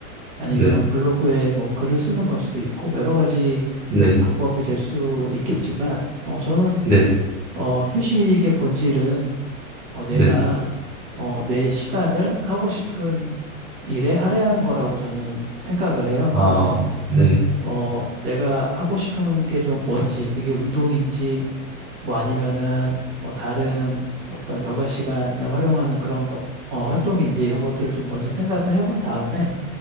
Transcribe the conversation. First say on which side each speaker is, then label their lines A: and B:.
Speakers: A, on the right; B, on the right.
A: 아니면
B: 네,
A: 블로그에 뭐 글을 쓰는 걸 수도 있고 여러 가지
B: 네,
A: 방법이 될 수 있겠지만 어, 저는
B: 네,
A: 어, 휴식의 본질은 어, 내가
B: 네,
A: 어, 내 시간을 하고 싶은 일에 할애하는 거라고 저는 생각을 해요.
B: 아,
A: 그래서
B: 네,
A: 어, 내가 하고 싶은 게 좀 뭔지 그게 운동인지 뭐 아니면은 뭐 다른 어떤 여가 시간을 활용하는 그런 것 어, 활동인지 이런 것들을 좀 먼저 생각을 해본 다음에